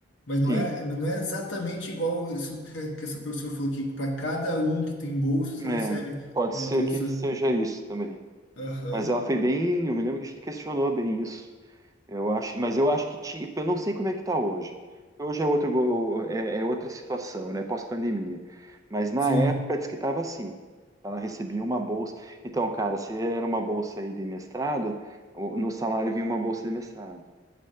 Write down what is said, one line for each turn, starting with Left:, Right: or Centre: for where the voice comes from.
Left: mas
Right: Sim,
Left: não é, não é exatamente igual isso que, que essa professora falou aqui, que para cada um que tem bolsa, você
Right: é,
Left: recebe
Right: pode
Left: uma
Right: ser
Left: bolsa.
Right: que seja isso também.
Left: Aham,
Right: Mas ela foi bem. Eu me lembro que a gente questionou bem isso. Eu acho, mas eu acho que tinha, eu não sei como é que está hoje. Hoje é outro, go- é, é outra situação, né? Pós-pandemia. Mas na
Left: sim,
Right: época diz que estava assim. Ela recebia uma bolsa. Então, cara, se era uma bolsa aí de mestrado, o- no salário vinha uma bolsa de mestrado.